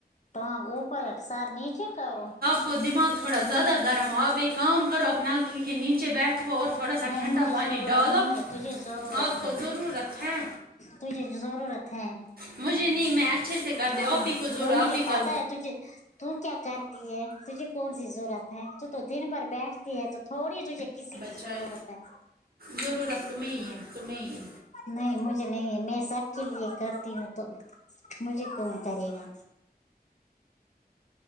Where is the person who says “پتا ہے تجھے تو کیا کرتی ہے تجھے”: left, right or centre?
Left